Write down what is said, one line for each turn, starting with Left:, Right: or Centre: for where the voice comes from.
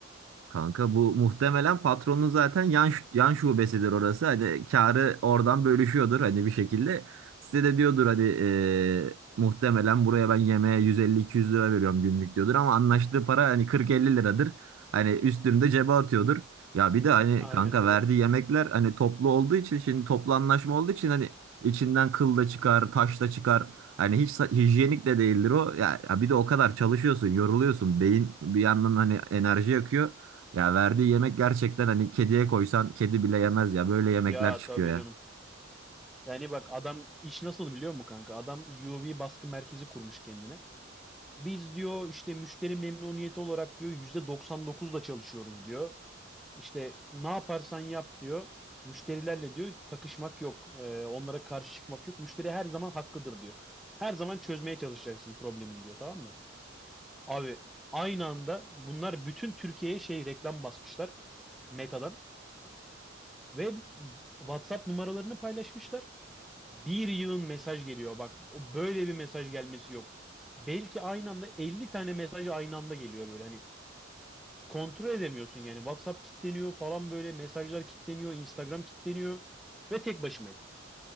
Right: Kanka bu muhtemelen patronun zaten yan ş- yan şubesidir orası. Hani karı oradan bölüşüyordur hani bir şekilde. Size de diyordur hani eee, muhtemelen buraya ben yemeğe 150-200 lira veriyorum günlük diyordur ama anlaştığı para hani 40-50 liradır. Hani üstünü de cebe atıyordur. Ya bir de hani
Centre: Aynen
Right: kanka
Centre: öyle.
Right: verdiği yemekler hani toplu olduğu için şimdi toplu anlaşma olduğu için hani içinden kıl da çıkar, taş da çıkar. Hani hiç sa- hijyenik de değildir o. Ya, ya bir de o kadar çalışıyorsun, yoruluyorsun. Beyin bir yandan hani enerji yakıyor. Ya verdiği yemek gerçekten hani kediye koysan kedi bile yemez ya. Böyle yemekler
Centre: Ya
Right: çıkıyor
Centre: tabii
Right: ya.
Centre: canım. Yani bak adam iş nasıl biliyor musun kanka? Adam UV baskı merkezi kurmuş kendine. Biz diyor işte müşteri memnuniyeti olarak diyor %99'da çalışıyoruz diyor. İşte ne yaparsan yap diyor. Müşterilerle diyor takışmak yok. Ee, onlara karşı çıkmak yok. Müşteri her zaman hakkıdır diyor. Her zaman çözmeye çalışacaksın problemin diyor tamam mı? Abi aynı anda bunlar bütün Türkiye'ye şey reklam basmışlar Meta'dan ve WhatsApp numaralarını paylaşmışlar. Bir yığın mesaj geliyor. Bak o böyle bir mesaj gelmesi yok. Belki aynı anda 50 tane mesaj aynı anda geliyor böyle. Hani kontrol edemiyorsun yani. WhatsApp kilitleniyor falan böyle. Mesajlar kilitleniyor. Instagram kilitleniyor. Ve tek başımayım.